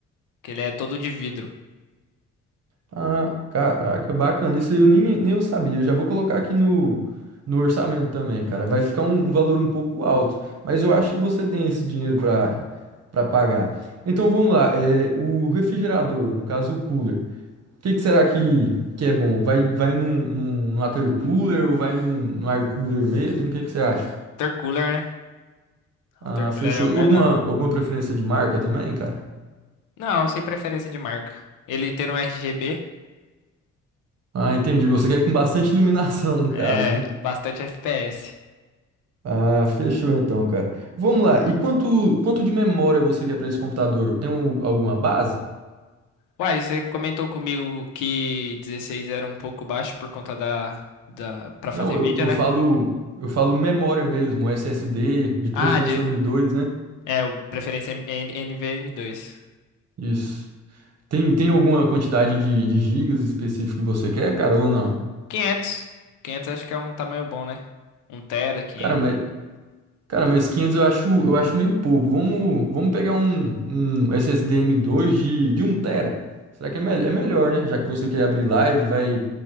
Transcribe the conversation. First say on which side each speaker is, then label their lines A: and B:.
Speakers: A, on the left; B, on the right.
A: que ele é todo de vidro.
B: Ah, caraca, bacana. Isso aí eu nem, nem eu sabia. Já vou colocar aqui no, no orçamento também, cara. Vai ficar um, um valor um pouco alto, mas eu acho que você tem esse dinheiro para para pagar. Então vamos lá. É, o refrigerador, no caso o cooler. O que, que será que, que é bom? Vai, vai num, num, num water cooler ou vai num, num air cooler mesmo? O que, que você acha?
A: cooler né? Altercooler
B: Ah, fechou.
A: é o melhor.
B: Alguma, alguma preferência de marca também, cara?
A: Não, sem preferência de marca. Ele tendo um RGB,
B: Ah, entendi. Você quer com bastante iluminação, no
A: é
B: caso, né?
A: bastante FPS.
B: Ah, fechou então, cara. Vamos lá. E quanto, quanto de memória você quer para esse computador? Tem um- alguma base?
A: Uai, você comentou comigo que 16 era um pouco baixo por conta da, da para fazer
B: Não, eu,
A: vídeo,
B: eu
A: né?
B: falo, eu falo memória mesmo, SSD, de
A: Ah,
B: preferência
A: de
B: um M2, né?
A: é, o preferência é M- N- nvme dois
B: Isso. Tem, tem alguma quantidade de, de gigas específico que você quer, cara, ou não?
A: quinhentos quinhentos acho que é um tamanho bom, né? um tera, quinhentos
B: Cara, mas, cara, mas 500 eu acho, eu acho meio pouco. Vamos, vamos pegar um, um SSD M2 de, de um tera. Será que é, mel- é melhor, né? Já que você quer abrir live, vai,